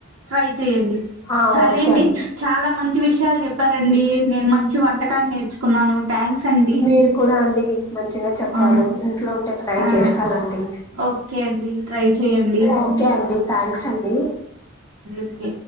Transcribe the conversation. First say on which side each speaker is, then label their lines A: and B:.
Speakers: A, on the right; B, on the left.
A: ట్రై చేయండి
B: ఆ,
A: సరే
B: ఓకే
A: అండి చాలా మంచి చి విషయాలు చెప్పారండి నేను మంచి వంటకాన్ని నేర్చుకున్నాను థ్యాంక్స్ అండి
B: మీరు కూడా అండి మంచిగా చెప్పారు
A: ఆ
B: ఇంట్లో ఉంటే ట్రై
A: ఆ
B: చేస్తానండి
A: ఓకే అండి ట్రై చెయండి
B: ఓకే
A: ఉ
B: అండి థ్యాంక్స్ అండి
A: ఓకే